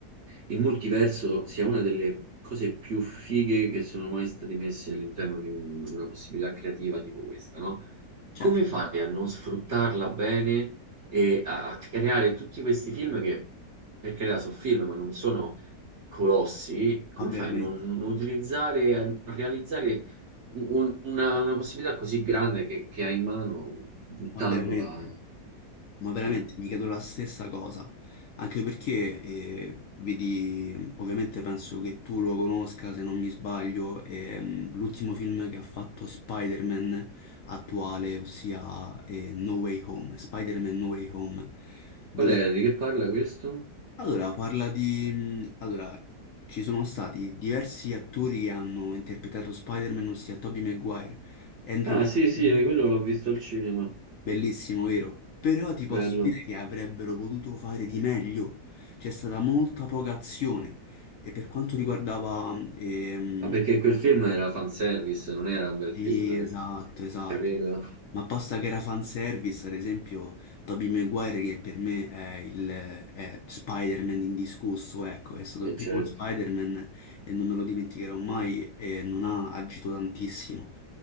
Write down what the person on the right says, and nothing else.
il multiverso sia una delle cose più fighe che sono mai state messe all'interno di un- di una possibilità creativa tipo questa, no?
Come fai a non sfruttarla bene e a, a creare tutti questi film che, per carità, sono film, ma non sono Colossi, come
fai a non, non utilizzare, a non realizzare un- una, una possibilità così grande che, che hai in mano buttandola?
Cioè,
qual è? Di che parla questo?
Ah,
sì, sì, quello l'ho visto al cinema.
Bello.
Ma perché quel film era fanservice, non era un bel
film,
perché-
capito?
E
certo.